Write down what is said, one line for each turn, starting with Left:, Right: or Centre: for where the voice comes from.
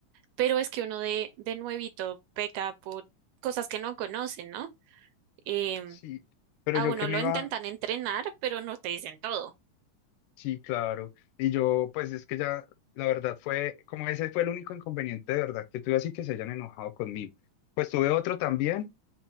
Right: Pero es que uno de, de nuevito peca por cosas que no conocen, ¿no? Em,
Left: sí, pero
Right: a
Left: yo
Right: uno
Left: que me
Right: lo
Left: iba,
Right: intentan entrenar, pero no te dicen todo.
Left: sí, claro, y yo, pues es que ya, la verdad fue, como ese fue el único inconveniente de verdad que tuve así que se hayan enojado conmigo. Pues tuve otro también